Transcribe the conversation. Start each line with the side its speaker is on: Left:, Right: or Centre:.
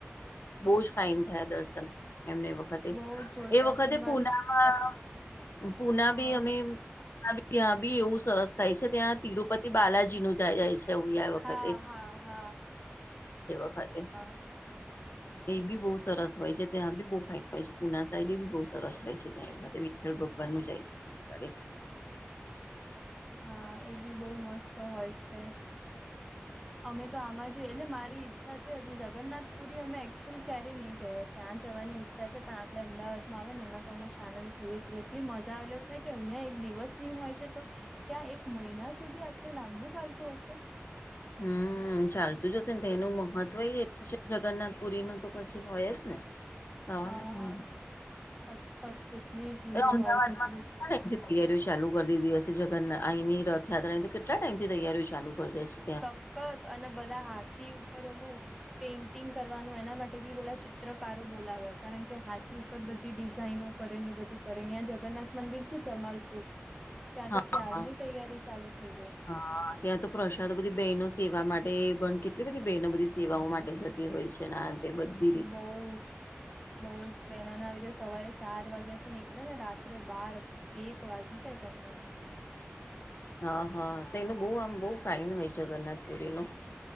Left: બહુ જ ફાઇન થયા દર્શન એમને વખતે
Centre: બહુ
Left: વ
Centre: જોરદાર
Left: એ વખતે
Centre: છે હ
Left: પુનામાં પુના
Centre: હા
Left: ભી અમે ત્યાં બી એવું સરસ થાય છે ત્યાં તિરુપતિ બાલાજી નું જ જાય છે થવું આ
Centre: હા
Left: વખતે
Centre: હા હા
Left: એ વખતે
Centre: હા
Left: એ બી બહુ સરસ હોય છે ત્યાં બી બહુ ફાયદા હોય છે પુના સાઈડ એ બી બહુ સરસ હોય છે ત ભગવાનનું જાય છે તં આગે
Centre: હા એ બી બહુ મસ્ત હોય છે. અમે તો આમાં જ એટલે મારી ઈચ્છા છેજી જગનાથપુરી અમે એકક્ચુઅલ ક્યારેય નહી ગયા ત્યાં જવાની. અચ્છા છે પણ આપડ અમદાવાદમાં આવે ને એમાં તો અમે સામેલ થઈએ છીએ એટલી મજા આવે એવું થાય કે અહીયા એક દિવસ હોય છે તો ત્યા એક મહિના સુધી આટલે લાંબું ચાલતું હશે
Left: હમ ચાલતું જશે ને તો એનું મહત્વ એટલું જગન્નાથ પુરી નુ તો પછી હોય જ ને સવાલ
Centre: આહા
Left: જ નહી
Centre: સખત કેટલી ભીડ
Left: એ અમદાવાદમાં
Centre: હોય કેટલી
Left: તો તૈયારીઓ ચાલુ કરી દીધી હશે જગન્નાથ અહીંની રથયાત્રાની તો કેટલા ટાઈમથી તૈયારીઓ ચાલુ કરી દેશે
Centre: સખત અને બધા હાથી ઉપર ઓલું પેઇન્ટિંગ કરવાનું એના માટે બી ઓલા ચિત્રકારો બોલાવે કારણ કે હાથી ઉપર ઉપ બધી ડિઝાઇનો કરે ને બધું કરે અહીંયા જગન્નાથ મંદિર છે જમાલપુર ત્યાં
Left: હા
Centre: તો ક્યારની
Left: હા
Centre: તૈયારી ચાલુ થઈ ગઈ
Left: હા ત્યાં તો પ્રશ્ન તો બધી બહેનો સેવા માટે પણ કેટલી બધી બહેનો બધી સેવાઓ માટે જતી હોય છે બધુ
Centre: બઉ જ બઉ જ બહેનોને આવી સવારે ચાર વાગ્યા થી નીકળે ને રાત્રે બાર એક વાગી જાય તમે
Left: હા હા તો એનું બહુ આમ બહુ ફાઈન હોય છે જગન્નાથપુરી નુ